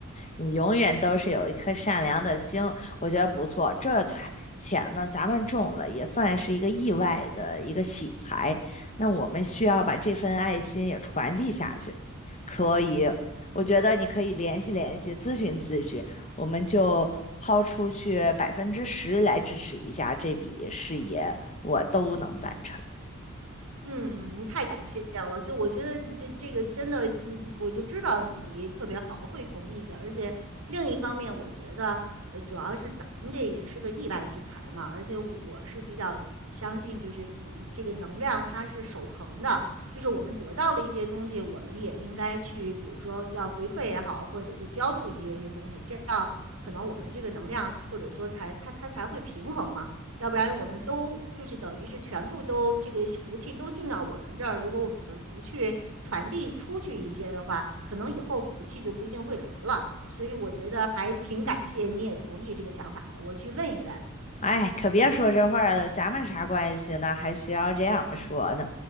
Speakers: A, on the left (about 35°); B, on the right (about 75°).
A: 你永远都是有一颗善良的心，我觉得不错。这才钱呢，咱们中了也算是一个意外的一个喜财。那我们需要把这份爱心也传递下去，可以。我觉得你可以联系联系，咨询咨询，我们就抛出去百分之十来支持一下这笔事业。我都能赞成。
B: 嗯，太感谢了！就我觉得这这个真的，嗯我就知道你特别好，会同意的。而且另一方面，我觉得，呃，主要是咱们这也是个意外之财嘛。而且我我是比较相信，就是嗯，这个能量它是守恒的，就是我们得到了一些东西，我们也应该去，比如说叫回馈也好，或者是交出去一些东西，这样可能我们这个能量或者说才它它才会平衡嘛。要不然我们都就是等于是全部都这个福气都进到我们这儿，如果我们不去传递出去一些的话，可能以后福气就不一定会来了。所以我觉得还挺感谢你也同意这个想法的，我去问一问。
A: 哎，可别说这话了，咱们啥关系呢？还需要这样说呢？
B: 嗯